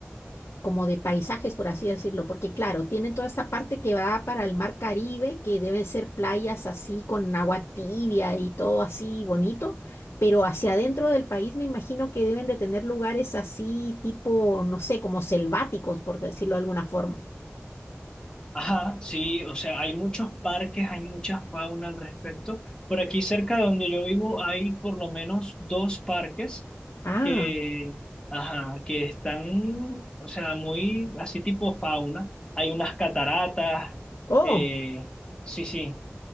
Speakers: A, on the left; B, on the left.
A: como de paisajes, por así decirlo, porque claro, tienen toda esta parte que va para el mar Caribe, que debe ser playas así con agua tibia y todo así bonito, pero hacia adentro del país me imagino que deben de tener lugares así tipo, no sé, como selváticos, por decirlo de alguna forma.
B: Ajá, sí, o sea, hay muchos parques, hay mucha fauna al respecto. Por aquí cerca de donde yo vivo hay por lo menos dos parques
A: Ah,
B: que, ajá, que están, o sea, muy así tipo fauna. Hay unas cataratas,
A: oh,
B: eh, sí, sí,